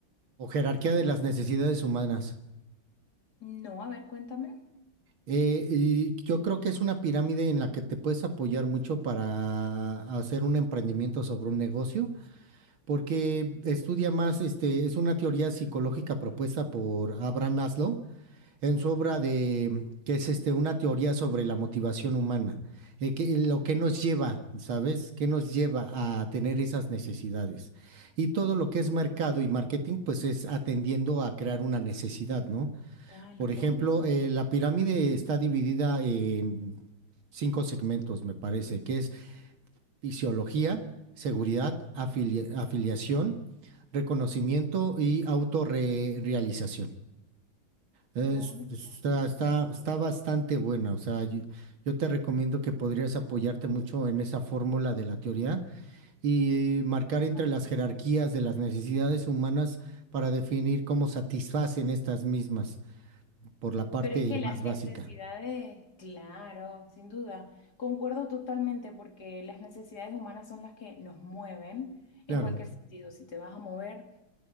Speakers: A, on the right (about 85°); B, on the left (about 50°).
A: O jerarquía
B: La pirámide,
A: de las necesidades humanas.
B: No, a ver, cuéntame.
A: Eh, y yo creo que es una pirámide en la que te puedes apoyar mucho para hacer un emprendimiento sobre un negocio, porque estudia más, este, es una teoría psicológica propuesta por Abraham Maslow en su obra de, que es este, una teoría sobre la motivación humana, eh, que- lo que nos lleva, ¿sabes? ¿Qué nos lleva a tener esas necesidades? Y todo lo que es mercado y marketing, pues es atendiendo a crear una necesidad, ¿no?
B: tal
A: Por
B: cual.
A: ejemplo, eh, la pirámide está dividida en cinco segmentos, me parece, que es fisiología, seguridad, afili- afiliación, reconocimiento y autorrealización. Es-
B: Bota.
A: está, está, está bastante buena, o sea, yo, yo te recomiendo que podrías apoyarte mucho en esa fórmula de la teoría y eh, marcar entre
B: La-
A: las jerarquías de las necesidades humanas para definir cómo satisfacen estas mismas por la parte
B: Pero es que las
A: más
B: necesidades,
A: básica.
B: claro, sin duda, concuerdo totalmente porque las necesidades humanas son las que nos mueven en
A: Claro,
B: cualquier sentido. Si te vas a mover...